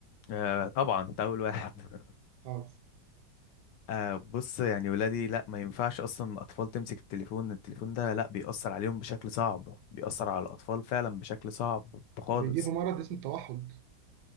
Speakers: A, on the left; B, on the right.
A: آه طبعا انت اول واحد <laughs>
B: خالص
A: آه بص يعني ولادي لا ما ينفعش اصلا الاطفال تمسك التليفون التليفون ده لا بيأثر عليهم بشكل صعب بيأثر على الاطفال فعلا بشكل صعب خالص
B: بيجيبوا مرض اسمه التوحد